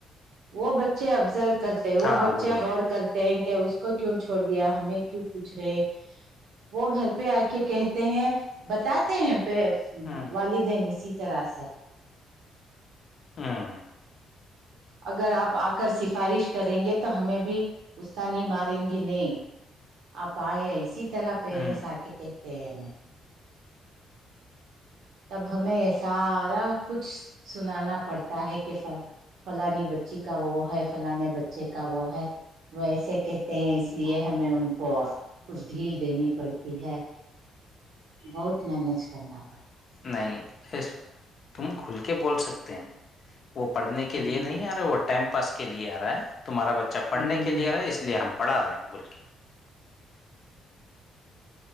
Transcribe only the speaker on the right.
وہ بچے ابزرو کرتے وہ
بچے
غور
کرتے کہ اس کو کیوں چھوڑ دیا ہمیں کیوں پوچھ رہے ہیں وہ گھر پہ آ کے کہتے ہیں بتاتے ہیں پ
والدین اسی طرح سے
اگر آپ آ کر سفارش کریں گے تو ہمیں بھی استانی ماریں گی نہیں آپ آئے اسی اس طرح پیرنٹس
آکے کہتے ہیں تب ہمیں یہ سارا کچھ سنانا پڑتا ہے کہ سنگ فلانی بچی کا وہ ہے فلانے بچے کا وہ ہے وہ ایسے کہتے ہیں اس لیے ہمیں ان کو اب کچھ ڈھیل دینی پڑتی ہے بہت مینج کرنا پڑتا
ہ
ہ